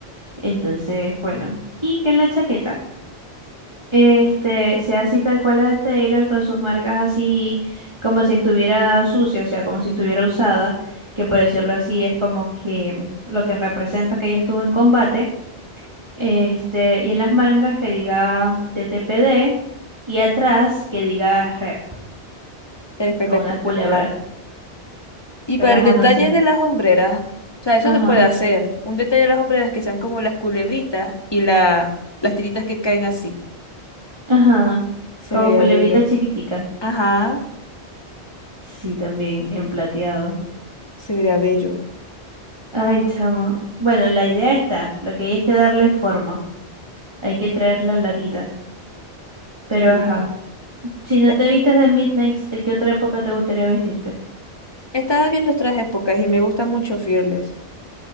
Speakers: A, on the right; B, on the left.
A: Entonces, bueno, y que en la chaqueta. Este, sea así tal cual la de Taylor, con sus marcas así como si estuviera sucia, o sea, como si estuviera usada, que por decirlo así es como que mm, lo que representa que ella estuvo en combate. Este, y en las mangas que diga TTPD y atrás que diga rep,
B: Ser espectacular.
A: con una culebra.
B: Y
A: Pero
B: para el
A: ajá,
B: detalle
A: no sé.
B: de las hombreras, o sea, eso
A: Ajá,
B: se puede hacer. Un detalle de las hombreras que sean como las culebritas y la, las tiritas que caen así.
A: ajá.
B: Se
A: Como
B: vería
A: culebrita
B: bello,
A: chiquitica.
B: Ajá.
A: Sí, también en plateado.
B: se vería bello.
A: Ay, chamo. Bueno, la idea está, lo que hay es que darle forma. Hay que traerla a la vida. Pero
B: Sí.
A: ajá, si no
B: Des-
A: te vistes de Midnight, ¿de qué otra época te gustaría vestirte?
B: Estaba viendo otras épocas y me gusta mucho Fearless,